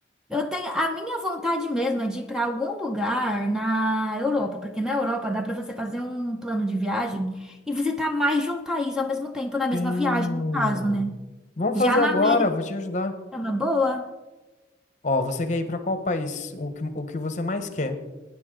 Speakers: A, in the centre; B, on the left.
A: Eu tenho a minha vontade mesmo é de ir para algum lugar na Europa, porque na Europa dá para você fazer um plano de viagem e visitar mais de um país ao mesmo tempo, na mesma
B: Sim.
A: viagem, no caso, né?
B: Vamos
A: Já
B: fazer
A: na
B: agora,
A: América
B: vou te ajudar.
A: é uma boa.
B: Ó, você quer ir pra qual país? O que, o que você mais quer?